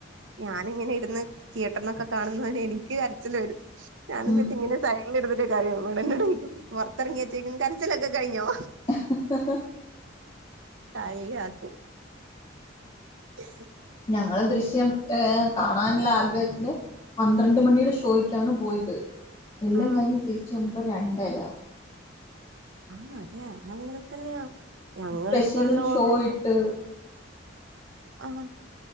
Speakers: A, on the right; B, on the left.
A: ഞാന ഇങ്ങനെ ഇടുന്ന് തിയേറ്ററിനൊക്കെ കാണുന്നന്നെനി ക്ക് കരച്ചൽ വരും ഞാന്
B: ഉം
A: ന്നിട്ട് ഇങ്ങനെ സൈടിൽ ഇടുന്നട്ട് കരയും ഇവിടെന്നോടയ്ക്കും പൊറത്തിറങ്ങിയച്ചേക്കും കരച്ചിലൊക്കെ കഴിഞ്ഞോ
B: <unintelligible>
A: കാളിയാക്കും <inaudible>
B: ഞങ്ങള് ദൃശ്യം ഏഹ കാണാനുള്ള ആഗ്രഹത്തില് പന്ത്രണ്ട് മണിയുടെ ഷൂ പോയിട്ടാണ് പോയത് എല്ലാം
A: ആ
B: കഴിഞ്ഞ് തിരിച്ച് വന്നപ്പോ രണ്ടര
A: ആഹ് അതെ അതങ്ങനെ തന്നെയാ ഞങ്ങളീ
B: സ്പെഷ്യൽ
A: പറഞ്ഞ പോലെ
B: ഷോ ഇട്ട്
A: ആ